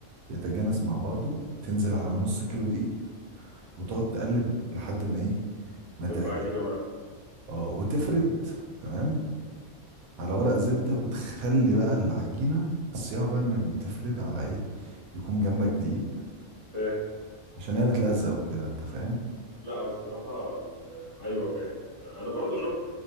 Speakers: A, on the right (about 80°); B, on the left (about 35°).
A: يتجانس مع بعضه تنزل على نص كيلو دقيق وتقعد تقلب لحد ما ايه ما
B: تبقى
A: تعجن
B: عجينة معاك
A: اه وتفرد تمام على ورق زبدة وتخلي بقى العجينة الصياعة بقى انك بتفرد على ايه يكون جنبك دقيق
B: فاهم
A: عشان هي بتلزق وكده انت فاهم
B: لا الصراحة ال- آه، أيوه فاهم أنا برضه شفت